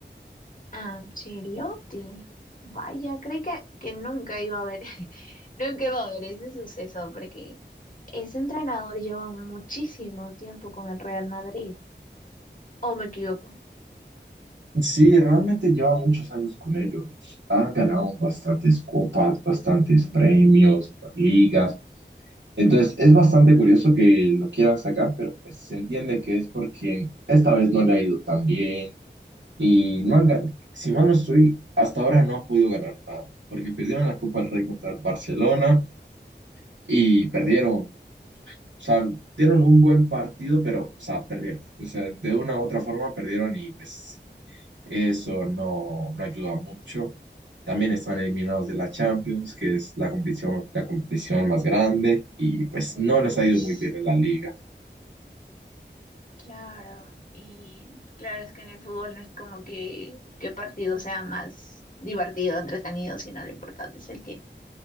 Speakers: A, on the left; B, on the right.
A: Ancelotti. Vaya, creí que, que nunca iba a ver, <laughs> nunca iba a ver ese suceso, porque ese entrenador lleva muchísimo tiempo con el Real Madrid. ¿O me equivoco?
B: Sí, realmente lleva muchos años con ellos. Han ganado bastantes copas, bastantes premios, ligas. Entonces, es bastante curioso que lo quieran sacar, pero pues se entiende que es porque esta vez no le ha ido tan bien y no han ganado. Si mal no estoy, hasta ahora no han podido ganar nada, porque perdieron la Copa del Rey contra el Barcelona y perdieron. O sea, dieron un buen partido, pero, o sea, perdieron. O sea, de una u otra forma perdieron y pues. Eso no, no ayuda mucho. También están eliminados de la Champions, que es la competición, la competición más grande, y pues no les
A: Ush,
B: ha ido muy bien en la liga.
A: claro, y claro es que en el fútbol no es como que qué partido sea más divertido, entretenido, sino lo importante es el que